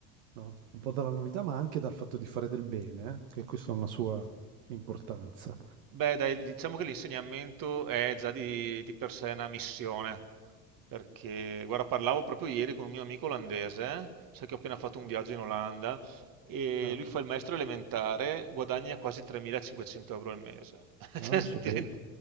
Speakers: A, on the right; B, on the right.
A: no, un po' dalla novità, ma anche dal fatto di fare del bene, eh, che questa ha una sua importanza.
B: Beh, dai, diciamo che l'insegnamento è già di, di per sé una missione, perché, guarda, parlavo proprio ieri con un mio amico olandese, sai che ho appena fatto un viaggio in Olanda, e
A: Ah,
B: lui fa il maestro elementare, guadagna quasi 3.500 euro al mese. <laughs>
A: ah,
B: Cioè,
A: lo
B: se
A: so
B: ti
A: bene,
B: rendi,